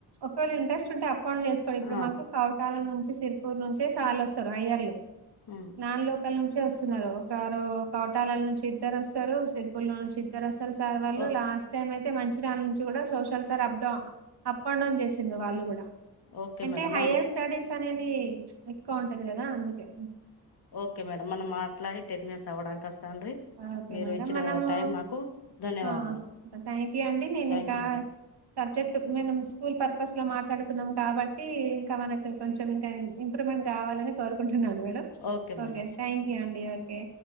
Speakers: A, on the right; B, on the left.
A: ఒకవెల ఇంట్రెస్ట్ ఉంటే అపాన్ చేస్కోండి ఇప్పుడు
B: ఆ
A: మాకు కౌటాల నుంచి సిరుపూర్ నుంచి వస్తె సాలు వస్తరు అయర్లు
B: ఉమ్
A: నాన్ లోకల్ నుంచి స్తున్నారు ఒకరు కౌటాల నుంచి ఇద్దరు వస్తారు సిరిపుర్ లో నుంచి ఇద్దరు వస్తారు సార్ వాళ్ళు
B: ఓ
A: లాస్ట్ టైం అయితే మాంచెరియాల్ నుంచి కూడా సోషల్ సార్ అప్డౌ అప్ అండ్ డౌన్ చేసిలు వాళ్ళు కూడా
B: ఓకే
A: అంటే
B: మేడం
A: హయ్యర్
B: మనం
A: స్టడీస్ అనేది ఎక్కువ ఉంటది కదా అందుకే
B: ఒకే మేడం మనం మాట్లాడి టెన్ మినిట్స్ అవడానికి వస్తాండ్రి
A: ఒకే
B: మీరు
A: మేడం
B: ఇచ్చిన
A: మనము
B: టైం మాకు ధన్యవాదాలు
A: ఆ థ్యాంక్ యూ అండి నేను
B: థ్యాంక్
A: ఇంకా
B: యూ మేడం
A: సబ్జెక్ట్ మనం స్కూల్ పర్పస్లో మాట్లాడుతున్నాం కాబట్టి ఇంకా మనక్ ఇంక కొంచెం ఇంకా ఇంప్రూవ్మెంట్ కావాలని కోరుకుంటున్నాను madam
B: okay madam
A: okay thank you అండి ఒకే